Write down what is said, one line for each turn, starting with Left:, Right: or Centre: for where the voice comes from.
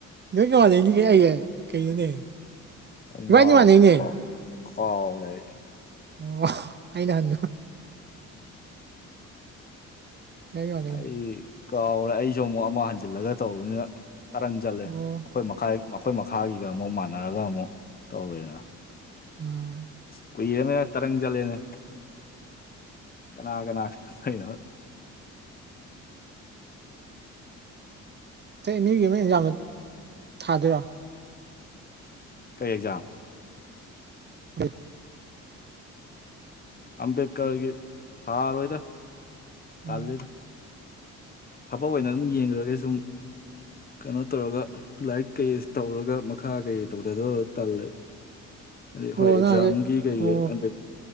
Right: ꯅꯣꯏ ꯒ ꯃꯥꯟꯅꯩꯅꯤꯅ‌ꯦ ꯑꯩ ꯀꯩꯅꯣꯅꯦ
Left: <unintelligible>
Right: ꯏꯕꯥꯅꯤ ꯃꯥꯟꯅꯩꯅꯦ
Left: ꯀ ꯀꯥꯎꯔ‌ꯦ ꯑꯩ
Right: ꯑꯣ ꯑꯩꯅ ꯍꯟ ꯏꯕꯥꯅꯤ ꯃꯥꯟꯅꯩꯅꯦ
Left: ꯑꯩ ꯀꯥꯎꯔꯦ ꯑꯩꯖꯨ ꯑꯃꯨꯛ ꯑꯃ ꯍꯟꯖꯤꯜꯂꯒ ꯇꯧꯋꯤꯅꯤꯅ ꯇꯔꯪ ꯆꯠꯂꯦ
Right: ꯑꯣ
Left: ꯑꯩꯈꯣꯏ ꯃꯈꯥꯏ ꯃꯈꯣꯏ ꯃꯈꯥꯒꯤꯒ ꯑꯃꯨꯛ ꯃꯥꯟꯅꯔꯒ ꯑꯃꯨꯛ ꯇꯧꯔꯦꯅ
Right: ꯎꯝ
Left: ꯀꯨꯏꯔꯃꯦꯅ ꯇꯔꯪ ꯆꯠꯂꯦꯅꯦ ꯀꯅꯥ ꯀꯅꯥ ꯈꯗꯣꯏꯅꯣ
Right: ꯆꯍꯤ ꯑꯅꯤꯒꯤ ꯑꯃ ꯑꯦꯛꯖꯥꯝꯗ‌ꯣ ꯊꯥꯗꯣꯏꯔꯣ
Left: ꯀꯔꯤ ꯑꯦꯛꯖꯥꯝ
Right: <inaudible>
Left: ꯑꯝꯕꯦꯗꯀꯔꯒꯤ ꯊꯥꯔꯣꯏꯗ
Right: ꯎꯝ
Left: ꯇꯜꯂꯤꯗ ꯊꯕꯛ ꯑꯣꯏꯅ ꯑꯗꯨꯝ ꯌꯦꯡꯒ꯭ꯔꯒ‌ꯦ ꯁꯨꯝ ꯀꯩꯅꯣ ꯇꯧꯔꯒ ꯂꯥꯏꯔꯤꯛ ꯀꯩ ꯇꯧꯔꯒ ꯃꯈꯥ ꯀꯩ ꯀꯩ ꯇꯧꯗꯗꯧ ꯇꯜꯂꯦꯕ ꯑꯗꯩ
Right: ꯑꯣ
Left: ꯍꯣꯏ ꯑꯦꯛꯖꯥꯝꯒꯤ
Right: ꯅꯪꯁꯦ
Left: ꯀꯩꯒꯤ
Right: ꯑꯣ
Left: ꯑꯝꯕ‌ꯦꯛ